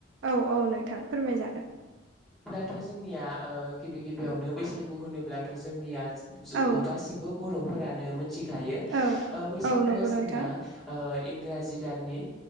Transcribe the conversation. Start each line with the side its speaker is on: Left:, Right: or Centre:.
Right: औ औ नोंथां फोरमाय जागोन
Centre: थ' जोंनिया गिबि गिबियावनो बैसागु होनोब्लाथ' जोंनिया
Right: औ
Centre: गासिबो बर'फोरानो मिथिखायो
Right: औ
Centre: बैसागुआ
Right: औ नंगौ
Centre: जोंना
Right: नोंथां
Centre: ओ इंराजि दाननि